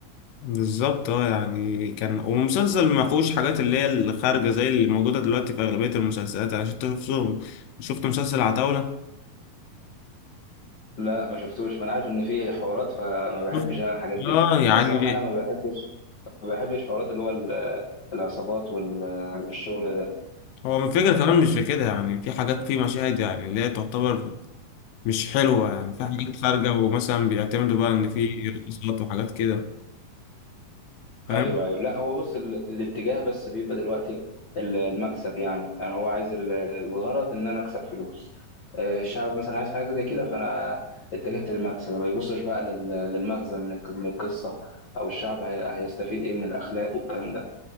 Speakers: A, on the left; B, on the left.
A: بالظبط اه يعني كان ومسلسل ما فيهوش حاجات اللي هي الخارجة زي اللي موجودة دلوقتي في أغلبية المسلسلات يعني عشان تشوفهم شفت مسلسل عتاولة
B: لا ما شفتوش ما انا عارف ان في حوارات فما بحبش
A: شفت؟
B: انا الحاجات دي
A: اه يعني
B: الصراحه انا ما بحبش ما بحبش حوارات اللي هو ال- العصابات والشغل ده
A: هو من فكرة كمان مش في كده يعني في حاجات في مشاهد يعني اللي هي تعتبر مش حلوة يعني في حاجات خارجة ومثلا بيعتمدوا بقى إن في رقصات وحاجات كده فاهم
B: ايوه ايوه لا هو بص ال... الاتجاه بس بيبقى دلوقتي ال- المكسب يعني يعني هو عايز ال- الغرض ان انا اكسب فلوس آه، الشعب مثلا عايز حاجه زي كده فانا اتجهت للمكسب ما بيبصش بقى لل... للمغزى من الك- من القصه او الشعب هي... هيستفيد ايه من الاخلاق والكلام ده